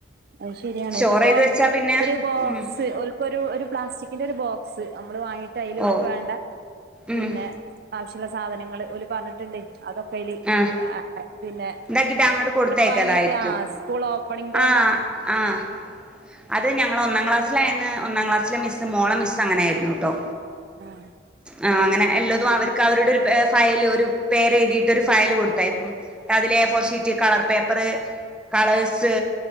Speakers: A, on the right; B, in the centre.
A: അയ് ശരിയാണ്
B: സ്റ്റോർ
A: ഇതിപ്പോ
B: ചെയ്ത് വെച്ചാ പിന്നെ
A: ഒരു ബോക്സ്
B: ഉം
A: ഒരു ഒരു ഒരു പ്ലാസ്റ്റിക്കിന്റെ ഒരു ബോക്സ് നമ്മള് വാങ്ങിട്ട് അയ്ൽ
B: ഓ
A: ഒലക്ക് വേണ്ട പിന്നെ
B: ഉം
A: ആവശ്യള്ള സാധനങ്ങൾ ഓൽ പറഞ്ഞിട്ടുണ്ട് അതൊക്കൈല്
B: ആഹ്
A: ആ പിന്നെ
B: ഇതാക്കിട്ട് അങ്ങോട്ട് കൊടുത്തയക്കലായിരിക്കും
A: വാങ്ങിട്ട് ആ സ്കൂൾ ഓപ്പണിങ് ഡെ
B: ആഹ് ആഹ് അത് ഞങ്ങൾ ഒന്നാം ക്ലാസിലായന്ന് ഒന്നാം ക്ലാസിലെ മിസ്സ് മോള മിസ് അങ്ങനയിരുന്നു ട്ടോ?
A: അഹ്
B: ആഹ് അങ്ങനെ എല്ലാതും അവർക്ക് അവരുടെ ഒരു ഫയല് ഒരു പേര് എഴുതിയിട്ട ഒരു ഫയല് കൊടുത്തയക്കും. അതില് A four sheet colour paper colours